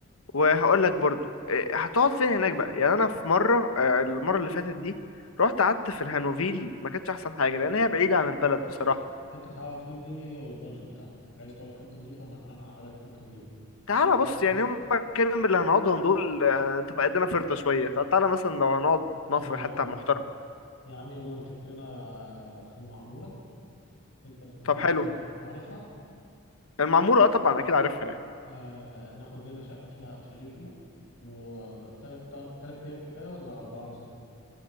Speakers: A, on the left (about 80°); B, on the left (about 70°).
A: وهقول لك برضو أه هتقعد فين هناك بقى يعني انا في مره أه المره اللي فاتت دي رحت قعدت في الهانوفيل ما كانتش احسن حاجه لان هي بعيده عن البلد
B: بص
A: بصراحه
B: حته هقعد فين دي هي والبادجت بتاعتك عايز تقعد في حته نظيفه انا اقعدك في حته نظيفه
A: تعالى
B: عايز
A: بص
B: تقعد
A: يعني هم كام يوم اللي هنقعدهم دول آه، تبقى قدنا فرطه شويه تعالى مثلا لو هنقعد
B: انا
A: نقعد
B: معاك
A: في حته
B: عمو.
A: محترمه
B: يا عم يلا نشوف لنا آه، في المعموره حته في المعموره
A: طب حلو
B: دي عارفها
A: المعموره اه طبعا اكيد عارفها يعني.
B: آه ناخد لنا شقه فيها او شاليه فيها وثلاث ثلاث ايام كفايه ولا اربعه مثلا